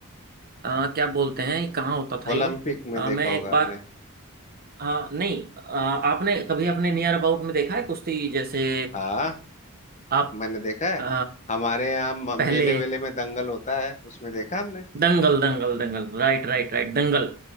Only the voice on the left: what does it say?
ओलंपिक में
देखा
होगा
आपने
हाँ
मैंने देखा है
हमारे यहाँ म-
मेले वेले में दंगल होता है उसमें देखा हमने